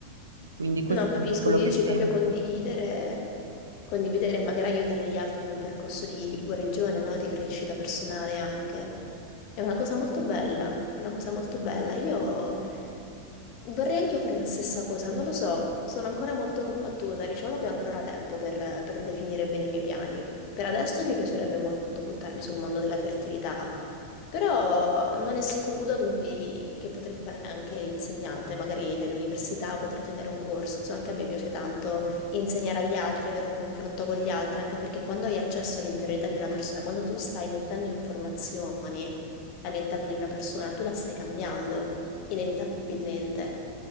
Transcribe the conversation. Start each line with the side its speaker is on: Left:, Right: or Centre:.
Right: Quindi questo
Left: No, capisco,
Right: è un po' quello
Left: quindi
Right: che
Left: dici proprio
Right: sento.
Left: condividere, condividere e magari aiutare gli altri in un percorso di, di guarigione, no? Di crescita personale anche. È una cosa molto bella, è una cosa molto bella. Io vorrei anche io fare la stessa cosa, non lo so, sono ancora molto combattuta, diciamo che ho ancora tempo per, per definire bene i miei piani. Per adesso mi piacerebbe molto buttarmi sul mondo della fertilità, però non escludo che, mi- che potrei fare anche insegnante, magari nelle università potrei tenere un corso, anche a me piace tanto insegnare agli altri, avere un confronto con gli altri, anche perché quando hai accesso all'interiorità di una persona, quando tu stai mettendo informazioni all'interno di una persona, tu la stai cambiando inevitabilmente